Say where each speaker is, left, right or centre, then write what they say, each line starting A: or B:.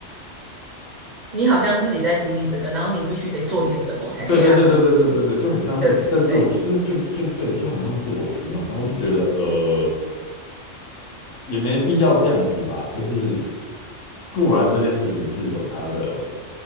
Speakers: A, on the right (about 50°); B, on the left (about 85°).
A: 你好像自己在经历这个，然后你必须得做点什么才可以安慰自己，
B: 对对对对对对对对，就很像是在自我，
A: 对不对？
B: 就是就就对，就很像自我取暖，然后就觉得呃。也没必要这样子吧。就是固然这件事情是有它的